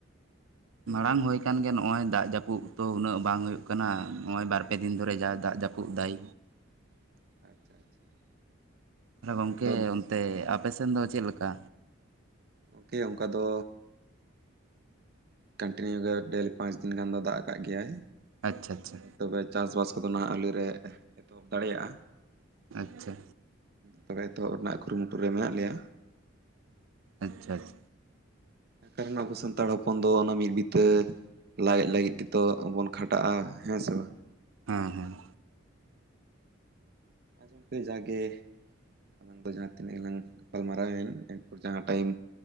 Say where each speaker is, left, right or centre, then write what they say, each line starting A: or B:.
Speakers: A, on the right; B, on the right.
A: ᱢᱟᱲᱟᱝ ᱦᱩᱭ ᱠᱟᱱ ᱜᱮ ᱱᱚᱜᱼᱚᱭ ᱫᱟᱜ ᱡᱟᱹᱯᱩᱫ ᱛᱚ ᱩᱱᱟᱹᱜ ᱵᱟᱝ ᱦᱩᱭᱩᱜ ᱠᱟᱱᱟ, ᱱᱚᱜᱼᱚᱭ ᱵᱟᱨ ᱯᱮ ᱫᱤᱱ ᱫᱷᱚᱨᱮᱡ-ᱟ ᱫᱟᱜ ᱡᱟᱹᱯᱩᱫ ᱯᱩᱜ ᱫᱟᱭ᱾
B: <inaudible> ᱟᱪᱪᱷᱟ
A: ᱦᱮᱸ ᱜᱚᱝᱠᱮ
B: ᱢᱮᱱᱫᱚ
A: ᱚᱱᱛᱮ ᱟᱯᱮ ᱥᱮᱱ ᱫᱚ ᱪᱮᱫᱞᱮᱠᱟ?
B: ᱜᱚᱝᱠᱮ ᱚᱝᱠᱟ ᱫᱚ ᱠᱟᱹᱱᱴᱤᱱᱤᱭᱩ ᱜᱮ ᱰᱮᱞ ᱯᱟᱸᱪ ᱫᱤᱱ ᱜᱟᱱ ᱫᱚᱭ ᱫᱟᱜ ᱠᱟᱜ ᱜᱮᱭᱟᱭ,
A: ᱟᱪᱪᱷᱟ ᱪᱷᱟ ᱪᱷᱟ᱾
B: ᱛᱚᱵᱮ ᱪᱟᱥ ᱵᱟᱥ ᱠᱚᱫᱚ ᱱᱟᱦᱟᱸᱜ ᱟᱞᱮ ᱨᱮ ᱮᱛᱚᱦᱚᱵ ᱫᱟᱲᱮᱭᱟᱜᱼᱟ᱾
A: ᱟᱪᱪᱷᱟ᱾
B: ᱛᱚᱵᱮ ᱮᱛᱚᱦᱚᱵ ᱨᱮᱱᱟᱜ ᱠᱩᱨᱩᱢᱩᱴᱩ ᱨᱮ ᱢᱮᱱᱟᱜ ᱞᱮᱭᱟ᱾
A: ᱟᱪᱪᱷᱟ ᱟᱪᱷ
B: ᱦᱮᱸ ᱠᱟᱨᱚᱱ ᱟᱵᱚ ᱥᱟᱱᱛᱟᱲ ᱦᱚᱯᱚᱱ ᱫᱚ ᱚᱱᱟ ᱢᱤᱫ ᱵᱤᱛ ᱞᱟᱡ ᱞᱟᱹᱜᱤᱫ ᱜᱮᱛᱚ ᱵᱚᱱ ᱠᱷᱟᱴᱟᱜᱼᱟ ᱦᱮᱸ ᱥᱮ ᱵᱟᱝ?
A: ᱦᱮᱸ ᱦᱮᱸ᱾
B: ᱟᱸᱡᱚᱢ ᱠᱟᱛᱮ ᱡᱟᱜᱮ ᱟᱞᱟᱝ ᱫᱚ ᱡᱟᱦᱟᱸ ᱛᱤᱱᱟᱹᱜ ᱞᱟᱝ ᱜᱟᱯᱟᱞ ᱢᱟᱨᱟᱣ ᱮᱱ ᱮᱨᱯᱚᱨ ᱡᱟᱦᱟᱸ ᱴᱟᱭᱤᱢ